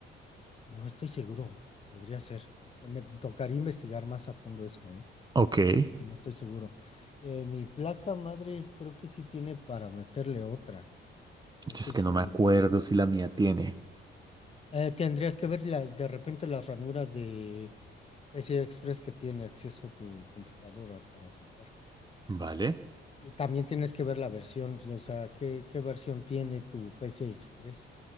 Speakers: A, on the left; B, on the right.
A: no estoy seguro, podría ser. Me tocaría investigar más a fondo eso, ¿eh?
B: Ok. Yo
A: que No estoy seguro. Eh, mi placa madre creo que sí tiene para meterle otra, no estoy
B: Es que
A: seguro.
B: no me acuerdo si la mía tiene.
A: Eh, tendrías que ver la- de repente las ranuras de PCI Express que tiene acceso tu computadora para ocupar.
B: Vale.
A: Y también tienes que ver la versión, o sea, qué, qué versión tiene tu PCI Express.